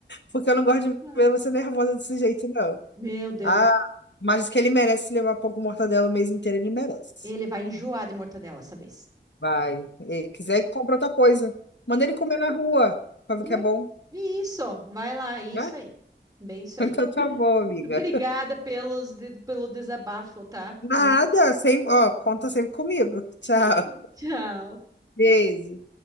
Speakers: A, on the left (about 70°); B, on the right (about 20°).
A: porque eu não gosto de
B: <laughs>
A: ver você nervosa desse jeito, não.
B: Meu Deus,
A: Ah, mas que ele merece levar pão com mortadela o mês inteiro, ele merece.
B: ele vai enjoar de mortadela essa vez.
A: Vai. E quiser, compra outra coisa. Manda ele comer na rua, pra
B: Né?
A: ver que é bom,
B: Isso, vai lá, isso
A: né?
B: aí.
A: <laughs>
B: Bem isso aí.
A: Então tá bom, amiga.
B: Obrigada pelos, pelo desabafo, tá?
A: Nada,
B: Minha...
A: sem, ó, conta sempre comigo. Tchau.
B: <laughs> Tchau.
A: Beijo.